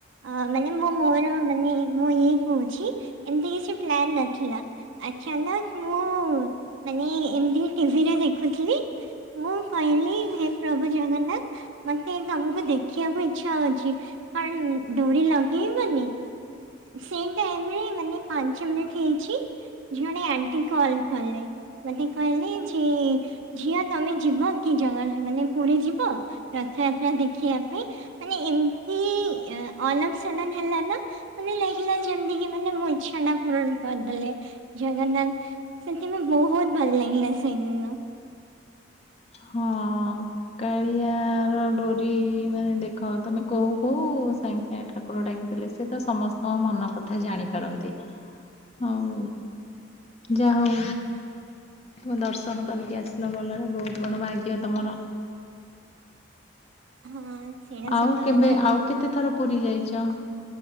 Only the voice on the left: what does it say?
ହଁ କାଳିଆ ର ଡୋରି ମାନେ ଦେଖ ତମେ କହୁ କହୁ ହୁ ସାଙ୍ଗେ ସାଙ୍ଗେ ଠାକୁର ଡାକିଥିଲେ ସେ ତ ସମସ୍ତଙ୍କ ମନ କଥା ଜାଣିପାରନ୍ତି। ହଉ। ଯା ହଉ ତମ ଦର୍ଶନ କରିକି ଆସିଲ ଭଲରେ ବହୁତ ବଡ ଭାଗ୍ୟ ତମର।
ଆଉ
କେବେ
ଆଉ କେତେ ଥର ପୁରୀ ଯାଇଚ?